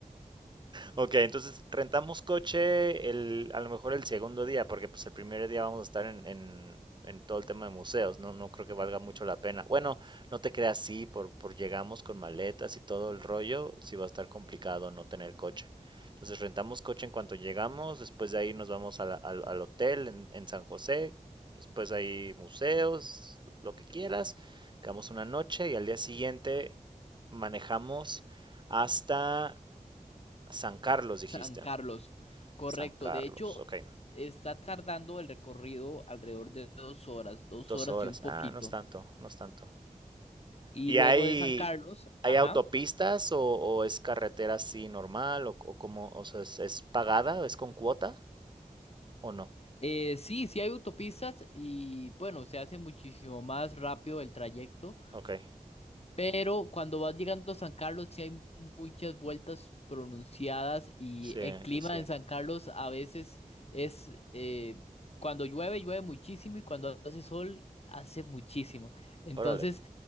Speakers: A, on the right (about 35°); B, on the left (about 45°).
A: Ok, entonces rentamos coche el, a lo mejor el segundo día, porque pues el primer día vamos a estar en, en- en todo el tema de museos, no, no creo que valga mucho la pena. Bueno, no te creas, sí, por, por llegamos con maletas y todo el rollo, sí va a estar complicado no tener coche. Entonces rentamos coche en cuanto llegamos, después de ahí nos vamos a la- al, al hotel en, en San José, después hay museos, lo que quieras, quedamos una noche y al día siguiente manejamos hasta San Carlos, dijiste.
B: San Carlos, correcto.
A: San Carlos,
B: De hecho,
A: ok.
B: está tardando el recorrido alrededor de dos horas, dos
A: Dos
B: horas
A: horas.
B: y un poquito.
A: Ah, no es tanto, no es tanto.
B: Y
A: ¿Y
B: luego
A: hay,
B: de San Carlos,
A: hay
B: ajá.
A: autopistas o, o es carretera así normal o, o cómo, o sea, es, es pagada, es con cuota o no?
B: Eh, sí, sí hay autopistas y bueno, se hace muchísimo más rápido el trayecto,
A: Ok,
B: pero cuando vas llegando a San Carlos sí hay muchas vueltas pronunciadas y
A: sí,
B: el clima
A: sí, sí.
B: en San Carlos a veces es, eh, cuando llueve, llueve muchísimo y cuando hace sol, hace muchísimo. Entonces,
A: Órale,